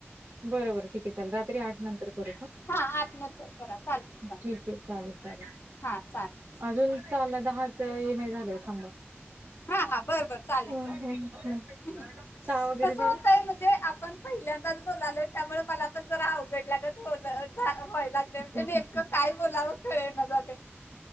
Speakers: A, on the right (about 55°); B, on the left (about 60°).
A: बरं, बरं ठीक आहे चाल रात्री आठ नंतर बरं का
B: हा आठ नंतर करा चालतंय चालेल
A: ठीक आहे चालेल, चालेल
B: हा चालेल
A: अजून चालला दहाच ये नाही झालंय थांबा
B: हा, हा बर, बर चालेल,
A: हम्म,
B: चालेल
A: हम्म, हम्म. चहा वगैरे
B: कसं
A: झाला
B: होतय म्हणजे आपण पहिल्यांदाच बोलाल त्यामुळे मला पण जरा अवघडल्या होण व्हायलागलय क
A: हम्म,
B: नाई
A: हम्म,
B: क काय बोलावं कळे ना झालय